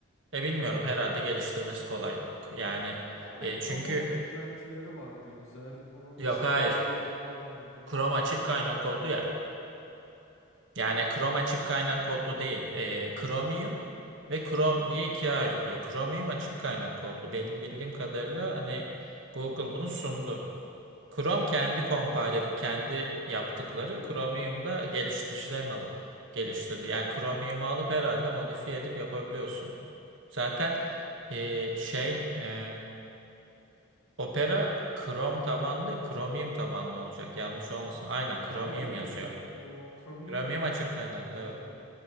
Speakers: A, on the right; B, on the left.
A: E bilmiyorum herhalde geliştirmesi kolay. Yani
B: Yani
A: e,
B: Chrome'un
A: çünkü
B: eklentileri vardı güzel. Onun
A: yok
B: dışında
A: hayır
B: arayüzü falan iyiydi.
A: Chrome açık kaynak kodlu ya. Yani Chrome açık kaynak kodlu değil. E, Chromium ve Chrome diye ikiye ayrılıyor. Chromium açık kaynak kodlu. Benim bildiğim kadarıyla hani Google bunu sundu. Chrome kendi compile edip kendi yaptıkları
B: Ha,
A: Chromium'da geliştiricilerin alıp geliştirdi. Yani Chromium'u alıp herhalde modifiye edip yapabiliyorsun. Zaten e, şey e, Opera Chrome tabanlı değil, Chromium tabanlı olacak. Yanlış olmasın. Aynen
B: Yani
A: Chromium
B: öyle
A: yazıyor.
B: evet. O Chromium
A: Chromium açık
B: de- dedim
A: kaynadı
B: ben zaten.
A: evet.